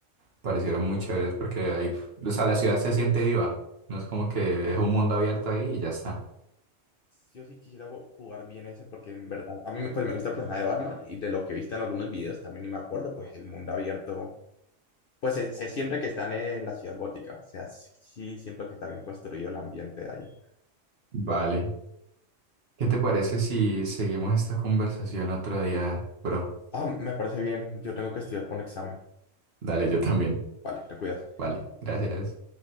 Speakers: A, on the right (about 50°); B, on the left (about 60°).
A: parecieron muy chéveres porque ahí, o sea, la ciudad se siente viva. No es como que es un mundo abierto ahí y ya está.
B: Yo sí quisiera bo- jugar bien ese porque en verdad a mí me- pues, me gusta el personaje de Batman y de lo que he visto en algunos videos también y me acuerdo, pues el mundo abierto Pues se, se siente que están en la ciudad gótica, o sea, sí, sí siento que está bien construido el ambiente ahí.
A: Vale. ¿Qué te parece si seguimos esta conversación otro día, bro?
B: Ah, me parece bien, yo tengo que estudiar por un examen.
A: Dale, yo también.
B: Vale, te cuidas.
A: Vale, gracias.